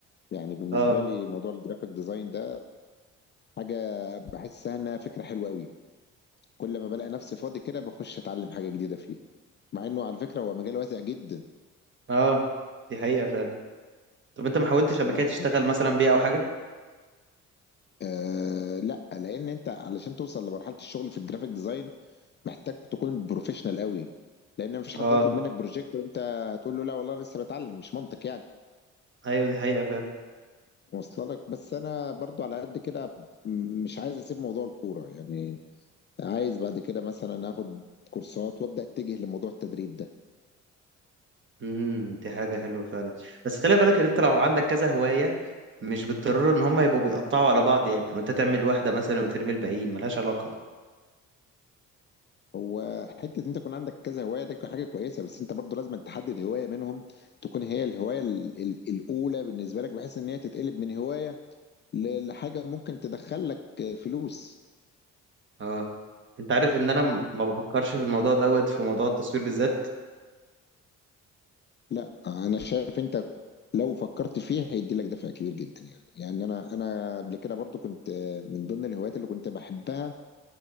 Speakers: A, on the left; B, on the right.
A: يعني بالنسبه
B: اه
A: لي موضوع الجرافيك ديزاين ده حاجه بحسها انها فكره حلوه قوي كل ما بلاقي نفسي فاضي كده بخش اتعلم حاجه جديده فيه مع انه على فكره هو مجال واسع جدا
B: اه دي حقيقه فعلا طب انت ما حاولتش
A: اصل
B: قبل كده
A: لك
B: تشتغل مثلا بيه او حاجه
A: آه لا لان انت علشان توصل لمرحله الشغل في الجرافيك ديزاين محتاج تكون بروفيشنال قوي لان مفيش
B: اه
A: حد يطلب منك بروجكت وانت تقول له لا والله لسه بتعلم مش منطق يعني
B: ايوه دي حقيقه فعلا
A: واصله لك بس انا برضو على قد كده م- مش عايز اسيب موضوع الكوره يعني عايز بعد كده مثلا اخد كورسات وابدا اتجه لموضوع التدريب ده
B: امم دي حاجه حلوه فعلا بس خلي بالك ان انت لو عندك كذا هوايه مش بالضروره ان هم يبقوا بيقطعوا على بعض يعني او انت تعمل واحده مثلا وترمي الباقيين ملهاش علاقه
A: هو حته ان انت يكون عندك كذا هوايه ده حاجه كويسه بس انت برضو لازم تحدد هوايه منهم تكون هي الهوايه ال- ال- الاولى بالنسبه لك بحيث ان هي تتقلب من هوايه ل- لحاجه ممكن تدخل لك فلوس
B: اه انت عارف ان انا م- ما بفكرش في الموضوع دوت في موضوع التصوير بالذات
A: لا انا شايف انت لو فكرت فيه هيدي لك دفع كبير جدا يعني يعني انا انا قبل كده برضو كنت آه، من ضمن الهوايات اللي كنت بحبها